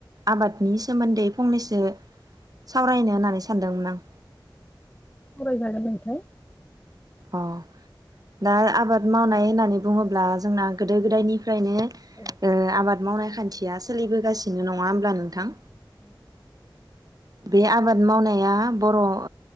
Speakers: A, on the right (about 45°); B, on the left (about 15°).
A: आबादनि सोमोन्दै फंनैसो सावरायनो होननानै सानदोंमोन आं।
B: जागोन दे नोंथां।
A: अ' दा आबाद मावनाय होननानै बुङोब्ला जोंना गोदो गोदायनिफ्रायनो ओ
B: औ
A: आबाद मावनाय खान्थि थिया सोलिबोगासिनो नङा होमब्ला नोंथां?
B: ओं
A: बे आबाद मावनाया बर' ओ